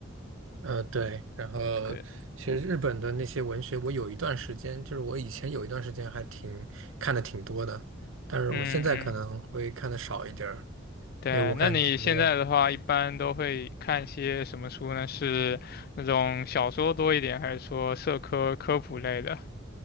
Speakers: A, on the right; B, on the left.
A: 呃对，然后
B: 对，
A: 其实日本的那些文学，我有一段时间，就是我以前有一段时间还挺看的挺多的，但是我现在可能会看的少一点儿，
B: 嗯嗯对，
A: 因为我感觉。
B: 那你现在的话，一般都会看些什么书呢？是那种小说多一点，还是说社科科普类的？